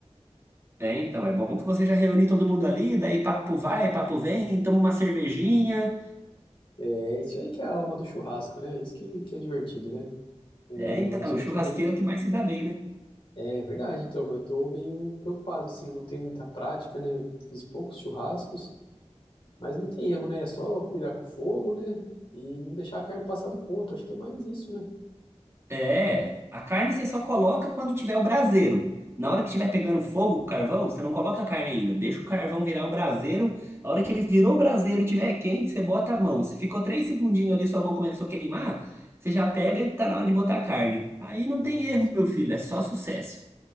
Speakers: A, on the right; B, on the left.
A: É, então, é bom que você já reúne todo mundo ali, daí papo vai, papo vem, toma uma cervejinha.
B: É isso aí que é a alma do churrasco, né? Isso que, que é divertido, né?
A: É,
B: Algo
A: então,
B: descontraído.
A: o churrasqueiro que mais se dá bem, né?
B: É verdade, então, mas eu tô meio preocupado, assim, eu não tenho muita prática, né? Fiz poucos churrascos, mas não tem erro, né? É só cuidar com o fogo, né? E não deixar a carne passar do ponto, acho que é mais isso, né?
A: É, a carne você só coloca quando tiver o braseiro. Na hora que estiver pegando fogo, o carvão, você não coloca a carne ainda. Deixa o carvão virar o braseiro. A hora que ele virou o braseiro e estiver quente, você bota a mão. Se ficou três segundinhos ali, sua mão começou a queimar, você já pega e tá na hora de botar a carne. Aí
B: Ah,
A: não tem erro,
B: sim.
A: meu filho, é só sucesso.